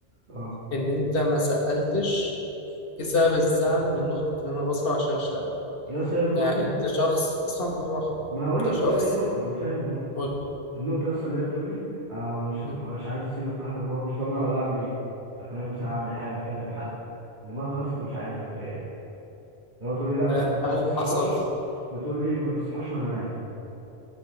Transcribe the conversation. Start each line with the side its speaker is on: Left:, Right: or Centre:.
Right: اه
Left: ان انت ما سالتش ايه سبب الزعل من نقطه ان انا بسهر عشان اشتغل
Right: يا اسطى هي بتقول
Left: يعني
Right: لي
Left: انت شخص اسمع بالراحه
Right: ما انا هقول
Left: انت
Right: لك
Left: شخص
Right: هو ايه النقطه ما انا فاهم النقطه
Left: قول
Right: النقطة أصلا اللي هي بتقول لي أنا مش
Left: لي،
Right: مش عايز أسيبك لوحدك اللي هو مش ضامن أنا بعمل إيه فكمان مثلا أعمل حاجة أكلم حد دماغي يا اسطى مش عارف أنا فيها إيه اللي هو تقول لي لأ ما
Left: آه،
Right: ت-
Left: هل
Right: ما تصحاش
Left: حصل
Right: بتقول لي ما تصحاش وأنا نايمة